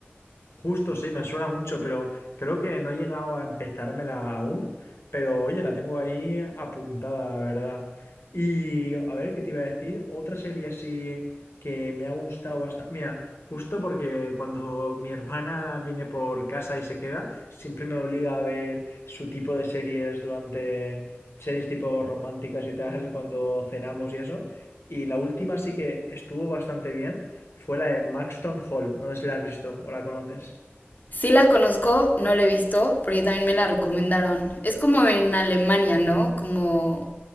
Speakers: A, on the left; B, on the left.
A: Justo, sí, me suena mucho, pero creo que no he llegado a empezármela aún. Pero oye, la tengo ahí apuntada, la verdad. Y a ver, ¿qué te iba a decir? Otra serie así que me ha gustado bastante. Mira, justo porque cuando mi hermana viene por casa y se queda, siempre me obliga a ver su tipo de series durante series tipo románticas y tal, cuando cenamos y eso. Y la última sí que estuvo bastante bien, fue la de Maxton Hall. No sé si la has visto o la conoces.
B: Sí la conozco, no la he visto, porque también me la recomendaron. Es como en Alemania, ¿no? Como